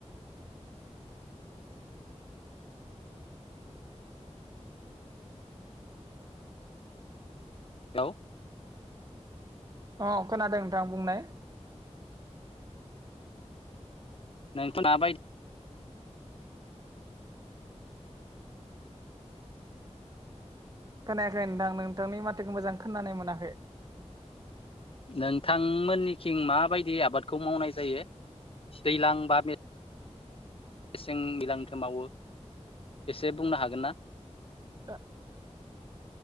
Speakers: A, on the left (about 50°); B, on the right (about 35°).
A: हेल'।
B: अ खोनादों नोंथां बुंनाय।
A: नोंथाङा बायदि
B: खोनायाखै नोंथां नोंथांनि माथोखौ मोजां खोनानाय मोनाखै।
A: नोंथांमोननिथिं मा बायदि आबादखौ मावनाय जायो? दैलां बा‌ मेसें मेसें दैज्लां मावो एसे बुंनो हागोन ना?
B: <unintelligible>